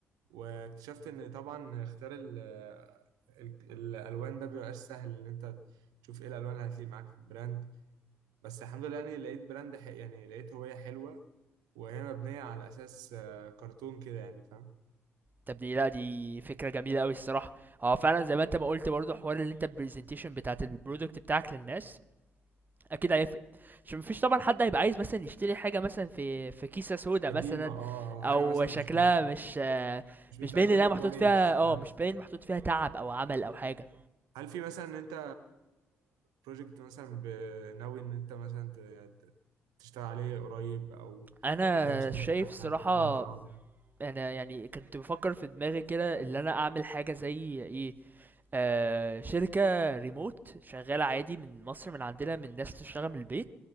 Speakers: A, on the right; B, on the right.
A: واكتشفت ان طبعا اختيار ال ال- الالوان ده بيبقاش سهل ان انت تشوف ايه الالوان اللي هتليق معاك في البراند بس الحمد لله يعني لقيت براند ح- يعني لقيت هويه حلوه وهي مبنية على أساس آه، كرتون كده يعني فاهم
B: طب دي لا دي فكرة جميلة أوي الصراحة هو فعلا زي ما انت ما قلت برضه حوار اللي انت البرزنتيشن بتاعت البرودكت بتاعك للناس اكيد هيفرق عشان مفيش طبعا حد هيبقى عايز مثلا يشتري حاجة مثلا في في كيسة سودا
A: قديمة
B: مثلا
A: <laughs> اه أو
B: او
A: حاجة مثلا
B: شكلها
A: مش م-
B: مش آه،
A: مش متقدمة
B: مش باين انها محطوط
A: كويس
B: فيها اه
A: فاهم
B: مش باين محطوط فيها تعب او عمل او حاجة
A: هل في مثلا إن أنت بروجكت مثلا ب- ناوي إن أنت مثلا ت- تشتغل عليه قريب أو
B: انا
A: حاجة تشارك
B: شايف
A: فيها حد
B: الصراحة
A: مطعم
B: انا يعني كنت بفكر في دماغي كده ان انا اعمل حاجه زي ايه آه شركه ريموت شغاله عادي من مصر من عندنا من ناس تشتغل من البيت